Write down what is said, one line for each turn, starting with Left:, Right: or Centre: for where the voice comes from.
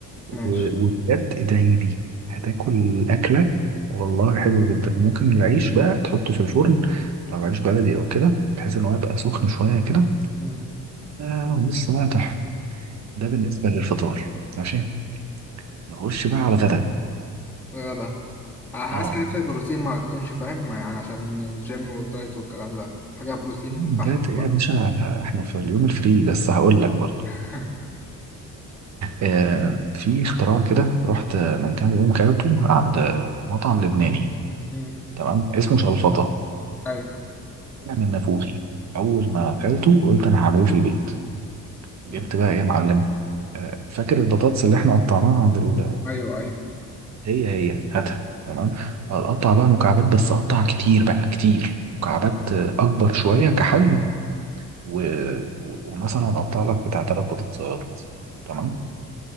Right: و-
Centre: ماشي
Right: وبجد ادعي لي هتاكل اكله والله حلوه جدا وممكن العيش بقى تحطه في الفرن لو عيش بلدي او كده بحيث ان هو يبقى سخن شويه كده
Centre: مم.
Right: آه ولسه بقى تحفه ده بالنسبه للفطار ماشي نخش بقى على الغدا
Centre: غدا عايز
Right: اه
Centre: حاجه فيها بروتين ما تكونش فاهم ما- يعني عشان الجيم والدايت والكلام ده حاجه بروتين
Right: اليوم
Centre: بحت
Right: ده ايه
Centre: بقى
Right: يا باشا احنا في اليوم الفري بس هقول لك برضه
Centre: <laughs>
Right: آه في اختراع كده رحت من كام يوم كلته عند مطعم لبناني
Centre: مم.
Right: تمام اسمه شلفطه
Centre: ايوه
Right: طلع من نافوخي اول ما اكلته قلت انا هعمله في البيت جبت
Centre: مم.
Right: بقى ايه يا معلم آه، فاكر البطاطس اللي احنا قطعناها عند ال
Centre: ايوه ايوه
Right: هي هي هاتها تمام هتقطع بقى مكعبات بس قطع كتير بقى كتير مكعبات آه، اكبر شويه كحجم و... و... ومثلا هنقطع لك بتاع ثلاث بطاطسات مثلا تمام
Centre: مم.